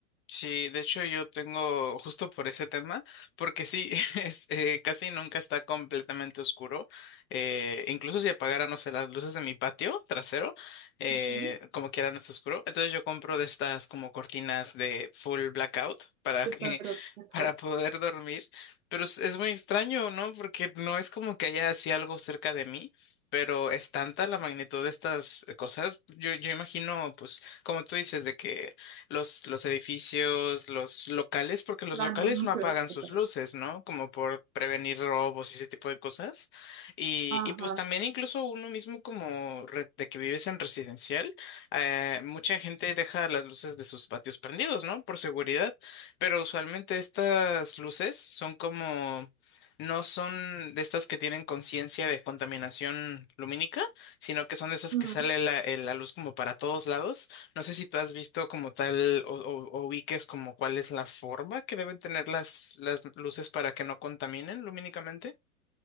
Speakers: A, on the left; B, on the right.
A: Sí, de hecho yo tengo justo por ese tema, porque sí, <laughs> es, eh, casi nunca está completamente oscuro. eh, incluso si apagara, no sé, las luces de mi patio trasero, eh,
B: Ujú.
A: como quiera no está oscuro. Entonces yo compro de estas como cortinas de full blackout para
B: Súper
A: que, <laughs>
B: complicado.
A: para poder dormir. Pero es, es muy extraño, ¿no? Porque no es como que haya así algo cerca de mí. Pero es tanta la magnitud de estas cosas. Yo, yo imagino, pues, como tú dices, de que los, los edificios, los locales, porque los
B: Dando
A: locales
B: anuncios,
A: no apagan sus
B: etcétera.
A: luces, ¿no? Como por prevenir robos y ese tipo de cosas. Y,
B: Ajá.
A: y pues también incluso uno mismo como re- de que vives en residencial, eh, mucha gente deja las luces de sus patios prendidos, ¿no? Por seguridad, pero usualmente estas luces son como... No son de estas que tienen conciencia de contaminación lumínica, sino que son de esas
B: No.
A: que sale la, eh, la luz como para todos lados no sé si tú has visto como tal o, o, o ubiques como cuál es la forma que deben tener las, las luces para que no contaminen lumínicamente.